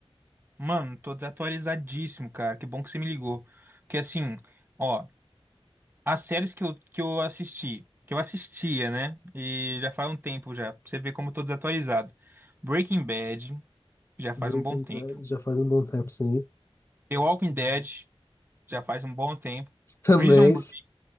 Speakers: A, on the right; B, on the left.
A: Mano, tô desatualizadíssimo, cara. Que bom que você me ligou. Porque assim, ó, as séries que eu, que eu assisti, que eu assistia, né? E já faz um tempo já, pra você ver como eu tô desatualizado. Breaking Bad, já faz
B: Breaking
A: um bom tempo.
B: Bad já faz um bom tempo, sim.
A: The Walking Dead, já faz um bom tempo.
B: <laughs> Também,
A: Prison Break,
B: s-